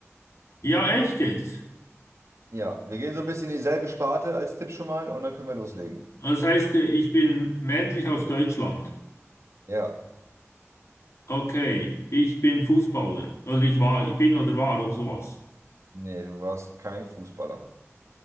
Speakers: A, on the left; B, on the right.
A: Ja, echt jetzt.
B: Ja, wir gehen so ein bisschen in dieselbe Sparte als Tipp schon mal und dann können wir loslegen.
A: Das heißt, äh, ich bin männlich aus Deutschland.
B: Ja,
A: Okay, ich bin Fußballer. Also ich war, ich bin oder war oder sowas.
B: nee, du warst kein Fußballer.